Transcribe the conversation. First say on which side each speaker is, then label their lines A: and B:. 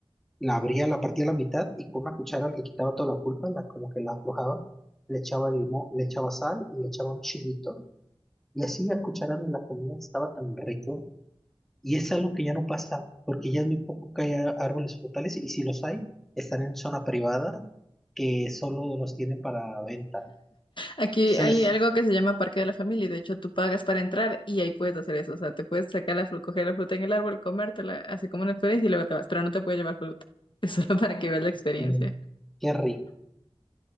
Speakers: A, in the centre; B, on the left.
A: La abría, la partía a la mitad y con una cuchara le quitaba toda la pulpa, la, como que la aflojaba. Le echaba limón, le echaba sal y le echaba un chilito. Y así la cuchara me la comía, estaba tan rico. Y es algo que ya no pasa, porque ya es muy poco que haya árboles frutales y si los hay, están en zona privada que solo los tienen para venta.
B: Aquí
A: Entonces,
B: hay algo que se llama Parque de la Familia, y de hecho tú pagas para entrar y ahí puedes hacer eso. O sea, te puedes sacar la fruta, coger la fruta en el árbol, comértela, así como una experiencia y luego te vas, pero no te puedes llevar fruta. <laughs> Es solo para que veas la experiencia.
A: mm, qué rico.